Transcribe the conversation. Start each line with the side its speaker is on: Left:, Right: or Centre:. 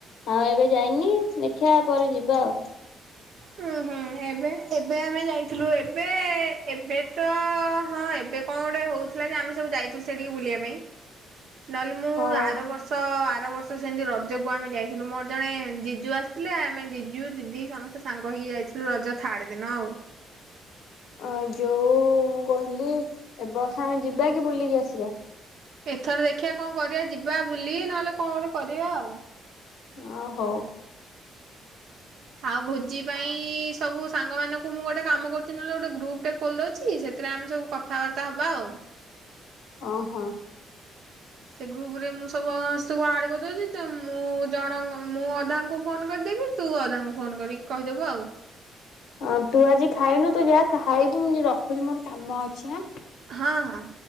Left: ଆଉ ଏବେ ଯାଇନି ଦେଖିବା ପରେ ଯିବା ଆଉ।
Right: ହୁଁ ହୁଁ ଏବେ ଏବେ ଆମେ ଯାଇଥିଲୁ ଏବେ ଏବେ ତ ହଁ ଏବେ କଣ ଗୋଟେ ହଉଥିଲା କି ଆମେ ସବୁ ଯାଇଥିଲୁ ସେଠିକି ବୁଲିବା ପାଇଁ। ନହେଲେ ମୁଁ
Left: ଆଉ।
Right: ଆର ବର୍ଷ ଆର ବର୍ଷ ସେମିତି ରଜକୁୁ ଆମେ ଯାଇଥିଲୁ ମୋର ଜଣେ ଜିଜୁ ଆସିଥିଲେ ଆମେ ଜିଜୁ ଦି ସମସ୍ତେ ସାଙ୍ଗ ହେଇକି ଯାଇଥିଲୁ ରଜ ଥାଡ ଦିନ ଆଉ।
Left: ଅ ଯୋଉ ମୁଁ କହିଲି ଏବର୍ଷ ଆମେ ଯିବା କି ବୁଲିକି ଆସିବା।
Right: ଏଥର ଦେଖିବା କଣ କରିବା ଯିବା ବୁଲି ନହେଲେ କଣ ଗୋଟେ କରିବା ଆଉ।
Left: ଓ ହୋ।
Right: ଆଉ ଭୋଜି ପାଇଁ ସବୁ ସାଙ୍ଗମାନଙ୍କୁ ମୁଁ ଗୋଟେ କାମ କରୁଛି ନହେଲେ ଗୋଟେ ଗ୍ରୁପ ଟେ ଖୋଲିଦଉଛି ସେଥିରେ ଆମେ ସବୁ କଥାବାର୍ତ୍ତା ହବା ଆଉ।
Left: ଓ ହୋ।
Right: ସେ ଗ୍ରୁପ ରେ ମୁଁ ସବୁ ସମସ୍ତଙ୍କୁ ଆଡ କରିଦଉଛି ତ ମୁଁ ଜଣ ମୁଁ ଅଧାଙ୍କୁ ଫୋନ କରିଦେବି ତୁ ଅଧାଙ୍କୁ ଫୋନ କରିକି କହିଦବୁ ଆଉ।
Left: ହଁ ତୁ ଆଜି ଖାଇନୁ ତୁ ଯାହା ଖାଇବୁ ମୁଁ ରଖୁଛି ମୋର କାମ ଅଛିଁ।
Right: ହଁ ହଁ।